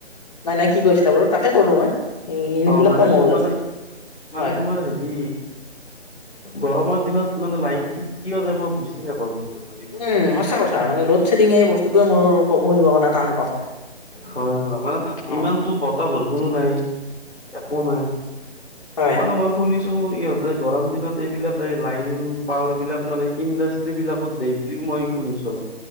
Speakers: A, on the left (about 35°); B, on the left (about 70°).
A: নাই নাই কি কৈছিলা বাৰু তাকে কলো মই, ইউনিট
B: অ
A: বিলাক
B: মানে
A: কম হ'ব লাগে।
B: মানে মানে
A: হয়
B: তোমাৰ হেৰি গৰমৰ দিনত মানে লাইটটো কিয় যায়, মই বুজি নাপাওঁ মানে। তোমাৰ ইমান
A: উম, সঁচা কথা। মানে লডশ্বেডিং এই বস্তুতে মোৰ শুনিব কাৰণে টান পাওঁ মই
B: হয় হয় মানে ইমানতো
A: অ'।
B: বতাহ বৰষুনো নাই, একো নাই
A: হয়
B: মানে মই শুনিছো ইহঁতে গৰম দিনত এইবিলাকে লাইন পাৱাৰবিলাক মানে ইণ্ডাষ্ট্ৰ্ৰী বিলাকত <unintelligible> মই। শুনিছো <unintelligible>